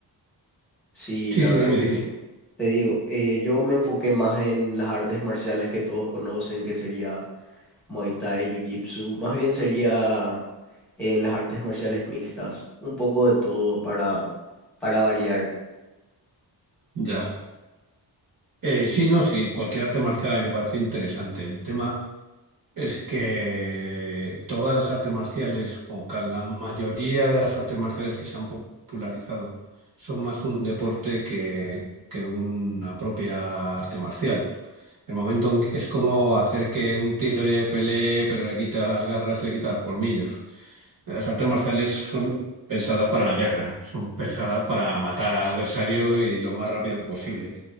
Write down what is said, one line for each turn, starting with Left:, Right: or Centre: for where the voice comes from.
Centre: sí,
Right: Sí,
Centre: la
Right: sí,
Centre: verdad
Right: dime,
Centre: que
Right: dime.
Centre: sí. Te digo, eh, yo me enfoqué más en las artes marciales que todos conocen, que sería Muay Thai, Jiu-Jitsu. Más bien sería en las artes marciales mixtas, un poco de todo para, para variar.
Right: Ya. Eh, sí, no, sí, cualquier arte marcial a mí me parece interesante. El tema. Es que todas las artes marciales, o ca- la mayoría de las artes marciales que se han popularizado, son más un deporte que, que una propia arte marcial. El momento en que- es como hacer que un tigre pelee, pero le quita las garras, le quita los colmillos. Las artes marciales son pensadas para la guerra, son pensadas para matar al adversario y lo más rápido posible.